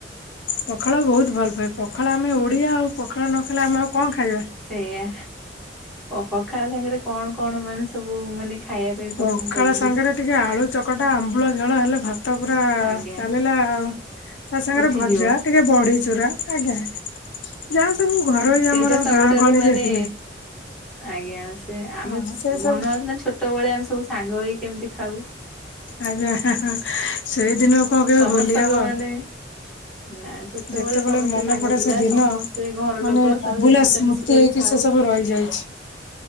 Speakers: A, on the left; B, in the centre.
A: ପଖାଳ ବହୁତ ଭଲ ପାଏ ପଖାଳ ଆମେ ଓଡିଆ ଆଉ। ପଖାଳ ନ ଖାଇଲେ ଆମେ ଆଉ କଣ ଖାଇବା?
B: ସେଇଆ ଓ ପଖାଳ ସାଙ୍ଗରେ କଣ କଣ ମାନେ ସବୁ ମାନେ ଖାଇବା ପାଇଁ ପସନ୍ଦ
A: ପଖାଳ
B: କରନ୍ତି?
A: ସାଙ୍ଗରେ ଟିକେ ଆଳୁ ଚକଟା ଆମ୍ବୁଳ ଝୋଳ ହେଲେ ତ ପୁରା
B: ଆଜ୍ଞା
A: ଚାଲିଲା ଆଉ। ତା ସାଙ୍ଗରେ
B: ଉଠିଯିବ
A: ଭଜା ଟିକେ ବଢି ଚୁରା ଆଜ୍ଞା ଆଜ୍ଞା। ଯାହା ସବୁ ଘରୋଇ
B: ସେଇଟା
A: ଆମର
B: ସବୁଠାରୁ
A: ଗାଁ ଗହଳିରେ
B: ମାନେ
A: ହୁଏ।
B: ଆଜ୍ଞା ସେ ଆମେସ୍
A: ହଁ ସେ ସବୁ
B: ମନ ଅଛି ନା ଛୋଟ ବେଳେ ଆମେ ସବୁ ସାଙ୍ଗ ହେଇକି କେମିତି ଖାଉ?
A: ଆଜ୍ଞା ହାଁ ହାଁ ସେଇଦିନ କଣ କେବେ
B: ସମସ୍ତଙ୍କ
A: ଭୁଲି ହବ?
B: ମାନେ ନା ଛୋଟବେଳେ
A: ଯେତେବେଳେ
B: ସମସ୍ତେ
A: ମନ
B: ସାଙ୍ଗ
A: ପଡେ
B: ପିଲା
A: ସେ ଦିନ
B: ସମସ୍ତେ ଘର
A: ମାନେ
B: ଲୋକ ସମସ୍ତେ
A: ଅଭୁଲା
B: ମିଶାମିଶି
A: ସ୍ମୃତି
B: କରି
A: ହେଇକି।
B: ଖାଉ।
A: ସେ ସବୁ ରଇଯାଇଛି।